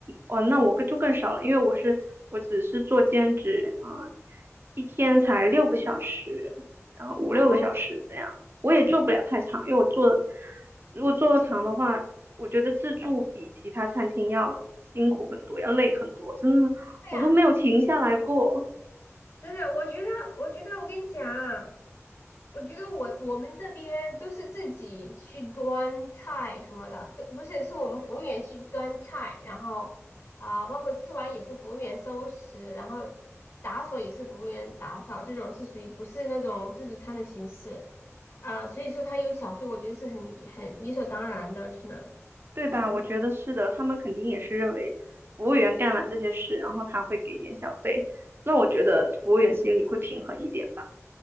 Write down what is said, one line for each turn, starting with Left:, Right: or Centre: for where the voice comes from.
Right: 哦，那我更就更少了，因为我是我只是做兼职啊，一天才六个小时，然后五六个小时这样，
Left: 哦，
Right: 我也做不了太长，因为我做如果做的长的话，我觉得自助比其他餐厅要辛苦很多，要累很多，真的我都没有停下来过，
Left: 对呀，真的，我觉得我觉得我跟你讲，我觉得我我们这边都是自己去端菜什么的，都不是，是我们服务员去端菜，然后啊、包括吃完也是服务员收拾，然后打扫也是服务员打扫，这种是属于不是那种自助餐的形式，啊、所以说他有小费，我觉得是很很理所当然的，真的。
Right: 对吧？我觉得是的，他们肯定也是认为服务员干完这些事，然后他会给点小费，那我觉得服务员心里会平衡一点吧。